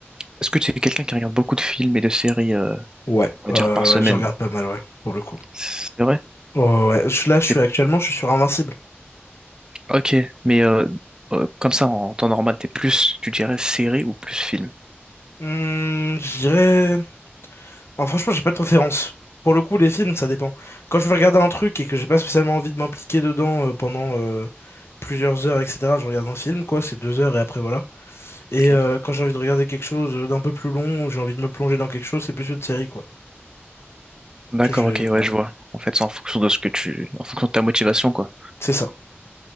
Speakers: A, on the right (about 20°); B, on the left (about 70°).
A: est-ce que tu es quelqu'un qui regarde beaucoup de films et de séries, euh,
B: Ouais,
A: on va
B: euh,
A: dire par semaine?
B: je regarde pas mal, ouais, pour le coup.
A: C'est vrai?
B: Ouais, ouais, ouais, je- là, je suis
A: T'es-
B: actuellement, je suis sur Invincible.
A: Ok, mais euh, euh, comme ça en temps normal, t'es plus, tu dirais série ou plus film?
B: Hmm, je dirais... Ah, franchement, j'ai pas de préférence. Pour le coup, les films, ça dépend. Quand je vais regarder un truc et que j'ai pas spécialement envie de m'impliquer dedans euh, pendant euh, plusieurs heures, etc., je regarde un film, quoi, c'est deux heures et après, voilà. Et
A: Ok.
B: euh, quand j'ai envie de regarder quelque chose euh, d'un peu plus long, ou j'ai envie de me plonger dans quelque chose, c'est plus une série, quoi,
A: D'accord,
B: que je vais
A: ok,
B: regarder.
A: ouais, je vois. En fait, c'est en fonction de ce que tu, en fonction de ta motivation, quoi.
B: C'est ça.